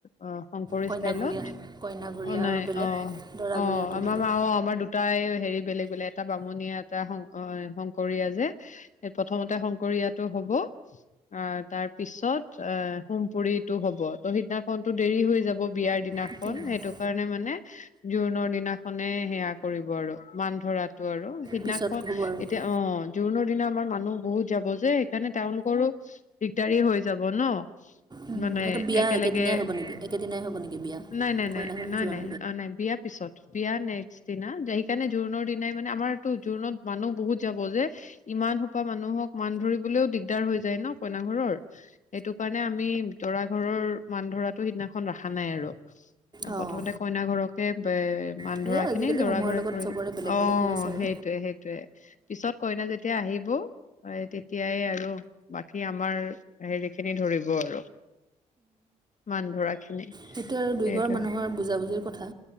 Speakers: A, on the left; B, on the right.
A: অ, শংকৰী
B: কইনাঘৰীয়া
A: ষ্টাইলত
B: কইনাঘৰীয়া
A: অ', নাই,
B: আৰু বেলেগ
A: অহ, '-
B: দৰাঘৰীয়াটো
A: অহ, ' আমা-মা
B: বেলেগ
A: অ', আমাৰ দুটাই হেৰি বেলেগ-বেলেগ এটা বামুণিয়া, এটা শংক, হয়, শংকৰীয়া যে। এই প্ৰথমতে শংকৰীয়াতো হ'ব, অ, ' তাৰ পিছত অ, 'হোম পুৰিটো হ'ব, ত', সিদিনাখনতো দেৰি হৈ যাব। বিয়াৰ দিনাখন,
B: এইটোৱে
A: সেইটো কাৰণে মানে, জোৰোণৰ দিনাখনে সেয়া কৰিব আৰু মান ধৰা, ত ', আৰু সিদিনাখন,
B: পিছত হ'ব আৰু এইটো
A: এতিয়া অ', জোৰোণৰ, সিদিনা আমাৰ মানুহ বহুত যাব যে, সেইকাৰণে তেওঁলোকৰো দিগদাৰি হৈ যাব ন',
B: উম,
A: মানে
B: সেইটো বিয়া
A: একেলগে
B: একেদিনাই হ'ব নেকি একেদিনাই হ'ব নেকি বিয়া
A: নাই-নাই-নাই-নাই,
B: কইনা ঘৰ জোৰোণ
A: নাই। বিয়া পিছত, বিয়া নেক্সট দিনা। যে, সেইকাৰণে জোৰোণৰ দিনাই মানে, আমাৰতো জোৰণত মানুহ বহুত যাব যে, ইমান সোপা মানুহক মান ধৰিবলৈও দিগদাৰ হৈ য, যে ন', কইনা ঘৰৰ, সেইটো কাৰণে আমি দৰা- ঘৰৰ, মান ধৰাতো সিদিনাখন ৰাখা নাই আৰু।
B: অঁ
A: প্ৰথমতে, কইনা ঘৰকে বে, মান
B: সেয়ে
A: ধৰা
B: আজিকালি
A: খিনি দৰা
B: সময়ৰ
A: ঘৰে
B: লগত
A: কৰি
B: চবৰে
A: লব
B: বেলেগ
A: অহ',
B: বেলেগ হৈ গৈছে আৰু
A: সেইটোয়ে- সেইটোয়ে পিছত কইনা যেতিয়া আহিব, হয় তেতিয়াই আৰু বাকী আমাৰ হেৰিখিনি ধৰিব আৰু। মান ধৰা খিনি
B: সেইটো আৰু দুইঘৰ
A: সেইটোৱে।
B: মানুহৰ বুজাবুজিৰ কথা